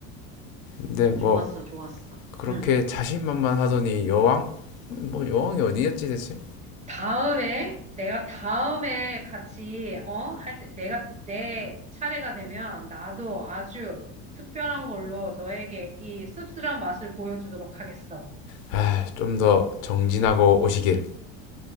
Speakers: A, on the left (about 85°); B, on the right (about 20°).
A: 근데 뭐
B: 좋았어, 좋았어.
A: 그렇게
B: 응,
A: 자신만만 하더니 여왕? 뭐 여왕이 어디였지 대체?
B: 다음에, 내가 다음에 같이, 어? 할 때, 내가, 내 차례가 되면 나도 아주 특별한 걸로 너에게 이 씁쓸한 맛을 보여주도록 하겠어.
A: 아, 좀 더 정진하고 오시길.